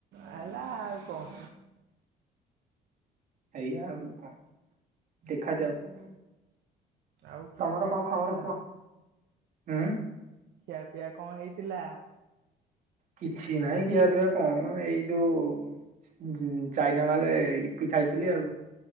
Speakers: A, on the right; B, on the right.
A: ହେଲା ଆଉ କଣ
B: ଏଇଆା ଆଉ କଣ ଦେଖାଯାଉ।
A: ଆଉ ଖିଆପିଆ
B: ତମର କଣ ଖବର
A: ହେଇଥିଲା?
B: କୁହ ହୁଁ।
A: ଖିଆ ପିଆ କଣ ହେଇଥିଲା?
B: କିଛି ନହିଁ ଖିଆ ପିଆ କନ ଏଇ ଯୋଉ ଚାଇନା ମାଲେ ଇପି ଖାଇଥିଲି ଆଉ।